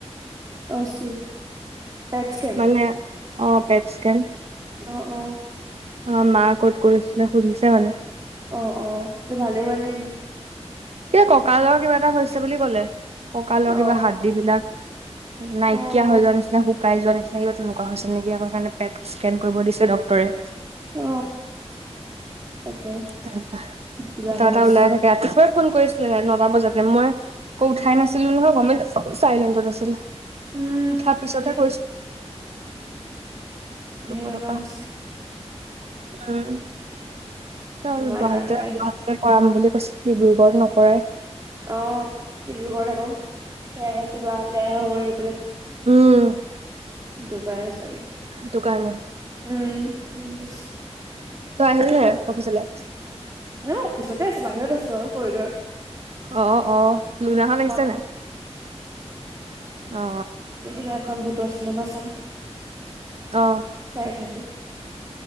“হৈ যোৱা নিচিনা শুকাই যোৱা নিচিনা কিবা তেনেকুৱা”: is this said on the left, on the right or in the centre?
Right